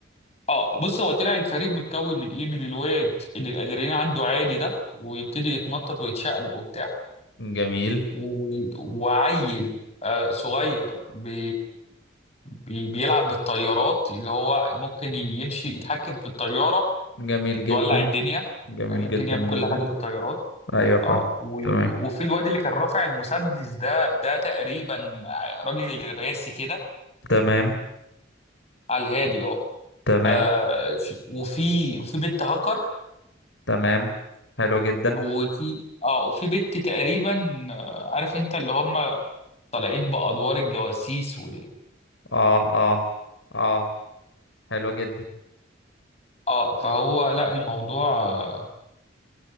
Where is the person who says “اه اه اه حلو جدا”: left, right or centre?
Left